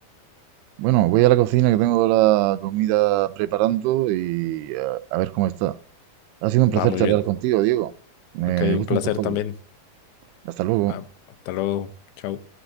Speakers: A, on the right (about 90°); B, on the left (about 80°).
A: Bueno, voy a la cocina que tengo la comida preparando y eh, a, ver cómo está. Ha sido un placer
B: Va muy
A: charlar
B: bien.
A: contigo, Diego. Me
B: Ok,
A: gustan
B: un placer
A: tus hobbies.
B: también.
A: Hasta luego.
B: Ah, hasta luego. Chao.